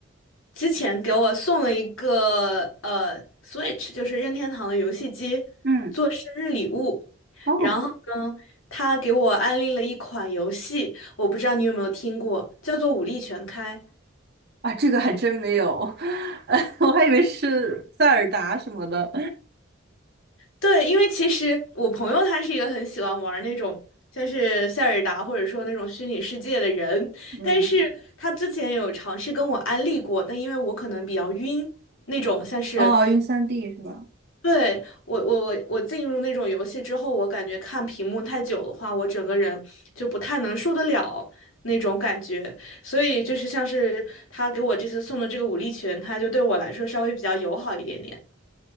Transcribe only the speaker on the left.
之前给我送了一个呃 Switch，就是任天堂的游戏机，
做生日礼物。
然后呢，他给我安利了一款游戏，我不知道你有没有听过，叫做《武力全开》。
对，因为其实我朋友他是一个很喜欢玩那种像是塞尔达或者说那种虚拟世界的人，
但是他之前有尝试跟我安利过，但因为我可能比较晕，那种像是
对我我我我进入那种游戏之后，我感觉看屏幕太久的话，我整个人就不太能受得了那种感觉，所以就是像是他给我这次送的这个武力全开，就对我来说稍微比较友好一点点。